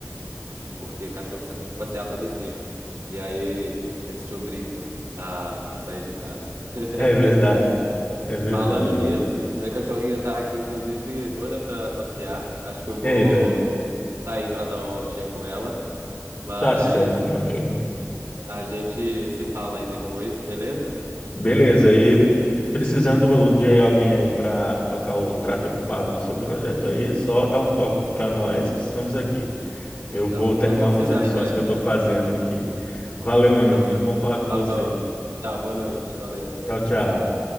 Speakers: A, on the right; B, on the left.
A: porque cachorro você tem que passear todo dia. E aí eles te obrigam a sair de casa. <laughs>
B: É verdade. É verdade.
A: Falando nisso, minha cachorrinha tá aqui, inclusive, doida pra passear. Acho que eu vou
B: Eita,
A: sair pra dar uma voltinha com ela, mas
B: tá certo, meu amigo.
A: a gente se fala aí depois, beleza?
B: Beleza, e precisando de alguém aí para tocar o tráfego pago do seu projeto aí, é só dar um toque para nós que estamos aqui. Eu
A: Não,
B: vou terminar
A: eu vou precisar
B: umas edições
A: em breve.
B: que eu estou fazendo aqui. Valeu, meu amigo.
A: Então
B: Muito
A: tá.
B: bom falar com
A: Falou.
B: você.
A: Tchau, boa noite. Valeu.
B: Tchau, tchau.